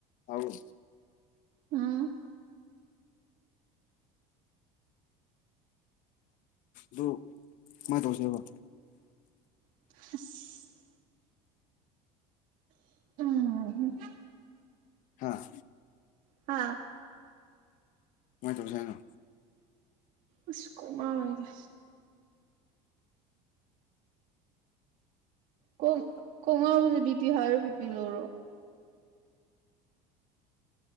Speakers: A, on the left; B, on the right.
A: ꯇꯥꯕ꯭ꯔꯣ
B: ꯑꯝ
A: ꯗꯨ ꯀꯃꯥꯏ ꯇꯧꯁꯦꯕ
B: ꯑꯁ <unintelligible>
A: ꯍꯥꯥ
B: ꯍꯥꯥ
A: ꯀꯃꯥꯏ ꯇꯧꯁꯦ ꯍꯥꯏꯅꯣ
B: ꯑꯁ ꯀꯣꯀ ꯉꯥꯎꯋꯦꯗ ꯀꯣꯡ ꯀꯣꯡꯉꯥꯏꯕꯗꯨ ꯕꯤꯄꯤ ꯍꯥꯏꯔꯣ ꯕꯤꯄꯤ ꯂꯣꯔꯣ